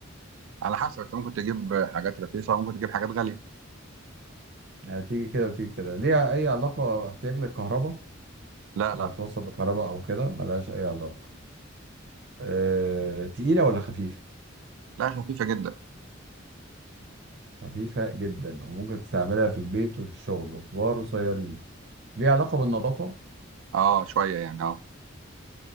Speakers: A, on the right; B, on the right.
A: على حسب انت ممكن تجيب حاجات رخيصه وممكن تجيب حاجات غاليه
B: يعني تيجي كده وتيجي كده ليها اي علاقه او احتياج للكهرباء
A: لا
B: انها
A: لا
B: توصل بكهرباء او كده ملهاش اي علاقه أه... تقيله ولا خفيفه
A: لا خفيفه جدا
B: خفيفه جدا وممكن تستعملها في البيت وفي الشغل وكبار وصغيرين ليها علاقه بالنظافه
A: اه شويه يعني اه